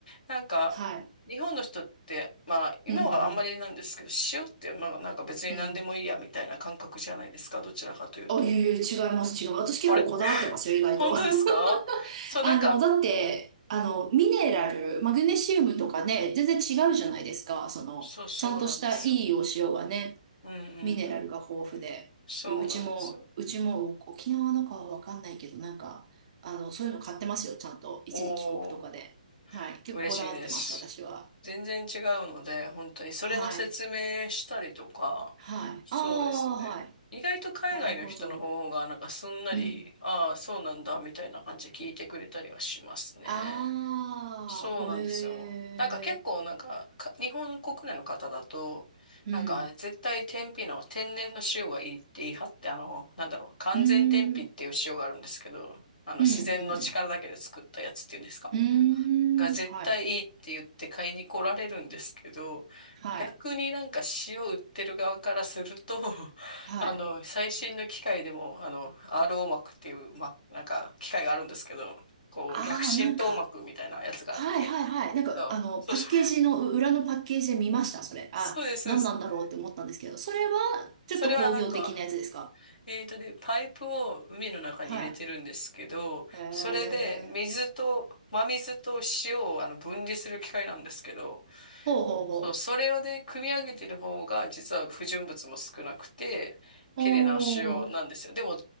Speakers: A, on the left; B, on the right.
A: なんか、
B: あ、はい。
A: 日本の人って、まあ、今はあんまりなんですけど、
B: うん、
A: 塩って、まあ、なんか別に何でもいいやみたいな感覚じゃないですか、
B: うん、うん。
A: どちらかというと。
B: あ、いえいえ、違います、違う。私結構こだわってますよ、
A: あれ
B: 意外と。
A: 本当ですかそう、
B: <laughs> あの、
A: なんか、
B: だって、あの、
A: うん、
B: ミネラル、マグネシウムとかね、全然違うじゃないですか。
A: うん、
B: その、
A: そう、そうなんですよ。
B: ちゃんとしたいいお塩はね、
A: うん、うん、
B: ミネラルが豊富で。
A: うん。そうなんですよ。
B: ううちも、うちも沖縄のかはわかんないけど、なんか、あの、そういうの買ってますよ、ちゃんと。一時帰国とかで。
A: おー。
B: はい。結構こだわってます、
A: 嬉しいです。
B: 私は。
A: 全然違うので、本当にそれの説明したりとか、
B: はい。はい。
A: そうですね。
B: ああ、はい。
A: 意外と海外の人の方法がなんかすんなり、
B: なるほど。うん。
A: ああ、そうなんだ、みたいな感じで聞いてくれたりはしますね。
B: ああ、
A: そうなんですよ。
B: ほえ
A: なんか結構なんか、か日本国内の方だと、
B: ー。
A: なんか絶対天日の天然の塩がいいって言い張って、
B: うん。
A: あの、なんだろう、完全天日っていう塩があるんですけど、
B: うーん。うん、
A: あの自然の力だけで作ったやつっていうんですか
B: うん、うん。うーん、
A: が絶対いいって言って買いに来られるんですけど、
B: はい、はい、
A: 逆になんか塩売ってる側からすると、<laughs>
B: はい。
A: あの、最新の機械でも、あの、RO 膜っていう、ま、なんか機械があるんですけど、こう、
B: ああ、
A: 逆浸透膜みたいなやつがあって、
B: なんか、はいはいはい。なんか、
A: そうそうそう、
B: あの、パッケージの、う裏のパッケージで見ました、それ。
A: そうです、
B: あ、
A: そうです。
B: 何なんだろうって思ったんですけど、それは、ちょっと工業的なやつですか
A: それはなんか、えーとね、パイプを海の中に入れてるんですけど、
B: はい。へえー、
A: それで水と、真水と塩をあの分離する機械なんですけど、
B: ほうほうほ
A: そう、それで組み上げてる方が実は不純物も少なくて綺麗なお塩なんですよ。
B: う。おー、
A: でもう